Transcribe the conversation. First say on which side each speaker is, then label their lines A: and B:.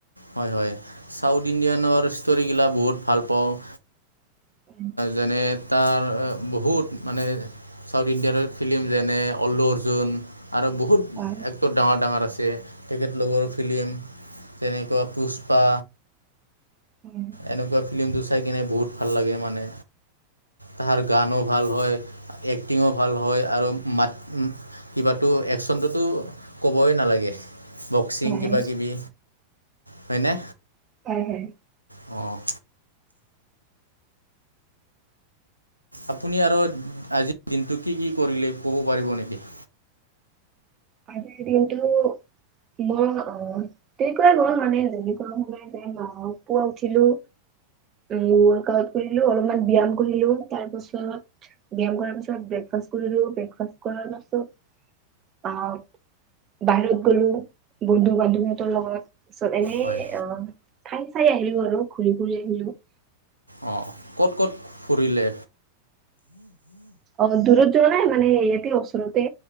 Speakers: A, on the right; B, on the right.
A: হয় হয়, চাউথ ইণ্ডিয়ানৰ ষ্টৰিবিলাক বহুত ভাল পাওঁ।
B: হয়।
A: যেনে তাৰ বহুত মানে ছাউথ ইণ্ডিয়ানৰ ফিল্ম যেনে অল্লু অৰ্জুন আৰু বহুত
B: হয়।
A: বহুত ডাঙৰ ডাঙৰ আছে তেখেত লোকৰ ফিল্ম তেনেকুৱা পুষ্পা
B: হয়।
A: এনেকুৱা ফিল্মটো চাই কিনে বহুত ভাল লাগে মানে। তাহাৰ গানো ভাল হয় এক্টিঙো ভাল হয় আৰু মাত উম কিবাটো অ্যাকশনতোটো ক'বই নালাগে। বক্সিং
B: হয়
A: কিবা কিবি হয়নে?
B: হয় হয়।
A: অ' আপুনি আৰু আজিৰ দিনটো কি কি কৰিলে ক'ব পাৰিব নেকি?
B: আজিৰ দিনটো‌ মই তেনেকুৱাই গ'ল মানে যেনেকুৱা সদায় যায় মাহক পোৱা উঠিলোঁ। উম ৱৰ্কআউট কৰিলোঁ অলপমান ব্যায়াম কৰিলোঁ তাৰপাছত ব্যায়াম কৰাৰ পিছত ব্ৰেকফাষ্টট কৰিলোঁ ব্ৰেকফাষ্ট কৰাৰ পাছত অ' বাহিৰত গ'লো বন্ধু-বান্ধৱীহঁতৰ লগত। পিছত এনেই
A: হয়
B: অ' খাই চাই আহিলোঁ আৰু ঘূৰি ফুৰি আহিলোঁ।
A: অ', ক'ত ক'ত ফুৰিলে?
B: অ' দূৰত যোৱা নাই মানে এই ইয়াতে ওচৰতে।